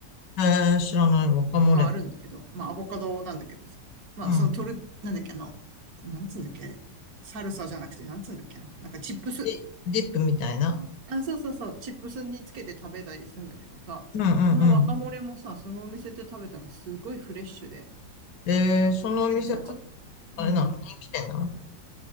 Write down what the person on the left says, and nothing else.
えー、知らない。ワカモレ。
うん。
ディ、ディップみたいな。
うんうんうん。
えー、そのお店は、
あれなの人気店なの